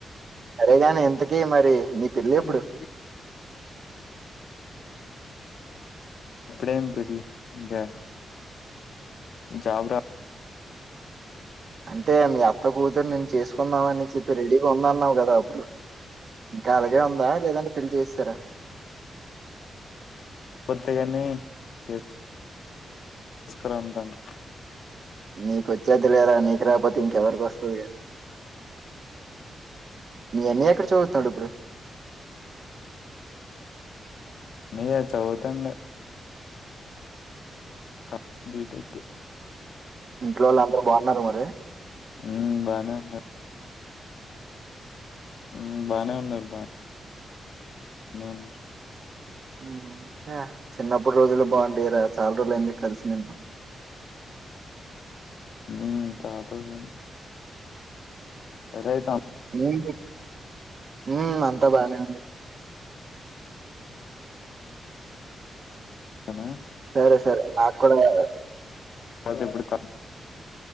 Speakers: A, on the right; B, on the left.
A: సరేగాని ఇంతకి మరి నీ
B: <unintelligible>
A: పెళ్ళెప్పుడు
B: ఇప్పుడేం పెళ్ళి ఇంకా జాబ్ రా
A: అంటే మీ అత్త కూతురు నిన్ను చేసుకుందామని చెప్పి రెడీగా ఉంద అన్నావు కదా అప్పుడు ఇంకా అలాగే ఉందా లేదంటే పెళ్లి చేసేసారా
B: ఒత్తేగాని చే <unintelligible> అంటాంది
A: నీకు వచ్చేద్ది లేరా నీకు రాకపోతే ఇంకెవరికి వస్తది కానీ మీ అన్నీయ్య ఎక్కడ చూదువుతున్నాడు ఇప్పుడు
B: అన్నయ్య చదువుతండు క బిటెక్
A: ఇంట్లో వోళ్ళు అందరూ బాగున్నారు మరి
B: ఊ బానే ఉన్నారు ఊ బానే ఉన్నారు బానే బానే ఉన్నారు
A: ఉ చ చిన్నప్పుటి రోజులు బాగుండివి రా చాలా రోజులు అయింది కలిసి నిన్ను
B: ఊ చాలా రోజులు అయింది రెడీ అయతా
A: ఉహు ఊ అంతా బానే ఉంది
B: ఉంటాను
A: సరే సరే నాకు కూడా వా
B: అయితే ఇప్పుడు కాదు